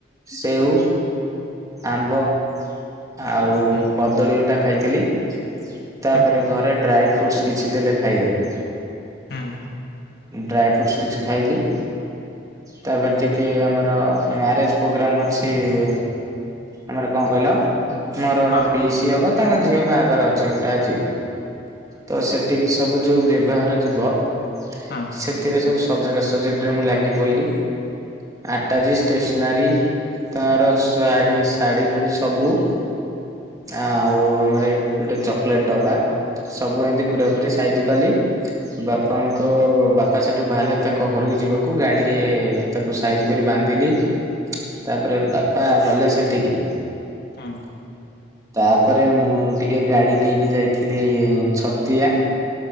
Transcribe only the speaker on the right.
ସେଓ
ଆମ୍ବ ଆଉ
କଦଳୀଅଟା
ଖାଇଥିଲି। ତାପରେ
ଘରେ ଡ୍ରାଇ ଫ୍ରୁଟସ୍ କିଛି ଦେଲେ ଖାଇବାବ
ଡ୍ରାଏ ଫ୍ରୁଟ୍ସ କିଛି ଖାଇଲି। ତାପରେ ଟିକେ ଆମର ମ୍ୟାରେଜ ପ୍ରୋଗ୍ରାମ ଅଛି ଇ ଆମର କଣ କହିଲ, ମୋର ଗୋଟେ
ପିଇସି ହବ ତାଙ୍କ ଝିଅ ବାହାଘର ଅଛି। ଛି ଗୋଟା ଆଜି ତ ସେଠିକି ସବୁ ଯୋଉ ବ୍ୟବହାର ଯିବ।
ସେଥିରେ ସବୁ ସଜଡ଼ା ସଜଡ଼ିରେ ମୁଁ ଲାଗି ପିଲି ଆଟାଜି ଷ୍ଟେସନାରୀ। ତାର
ଶୁଆଡି। ଶାଢ଼ୀ ଫେଡ଼ି ସବୁ ଆଉ ଆମର ଗୋଟେ ଚକୋଲେଟ୍ ଦଡବା। ସବୁ ଏମତି ପୁରାପୁରି ସାଇଜ କାଲି ବାପାଙ୍କ
ତ ବାପା ସେଠୁ ବାହାରିଲେ ତାଙ୍କ ଘରକୁ ଯିବାକୁ। ଗାଡିରେ ତାକୁ ସାଇଜ କରି ବାନ୍ଧିଲି। ତାପରେ ବାପା ଗଲେ ସେଠିକି।
ତାପରେ ମୁଁ ଟିକେ ଗାଡି ନେଇକି ଯାଇଥିଲି ଛତିଆ।